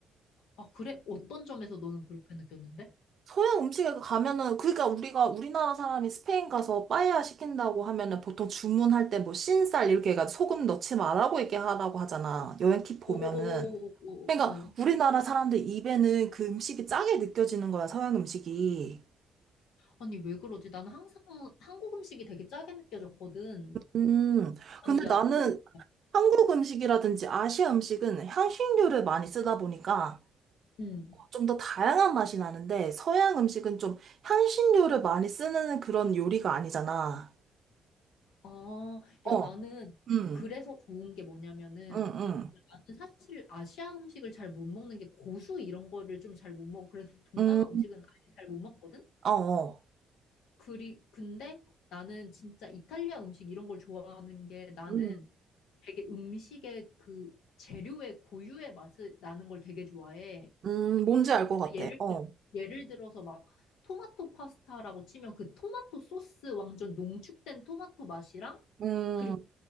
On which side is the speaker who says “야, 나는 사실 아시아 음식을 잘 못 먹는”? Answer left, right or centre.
Left